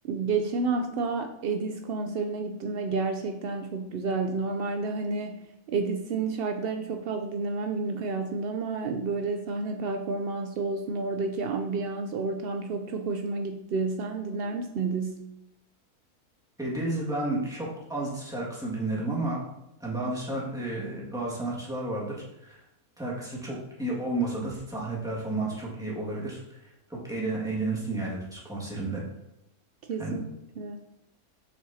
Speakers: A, on the right; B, in the centre.
A: Geçen hafta Edis konserine gittim ve gerçekten çok güzeldi. Normalde hani Edis'in şarkılarını çok fazla dinlemem günlük hayatımda ama böyle sahne performansı olsun, oradaki ambiyans, ortam çok çok hoşuma gitti. Sen dinler misin Edis?
B: Ediz ben çok az şarkısını dinlerim ama yani bazı şar- e, bazı sanatçılar vardır. Şarkısı çok iyi olmasa da sahne performansı çok iyi olabilir. Çok eğlen eğlenirsin yani konserinde.
A: Kesinlikle.
B: Yani